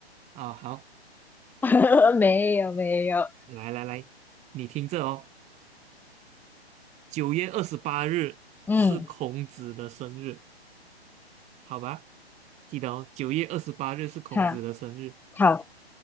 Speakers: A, on the right; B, in the centre.
A: 啊！好，
B: <laughs> 没有没有，
A: 来来来，你听着哦，九月二十八日是孔子的生日，
B: 嗯，
A: 好吧？记得哦，九月二十八日是孔子的生日。
B: 好，好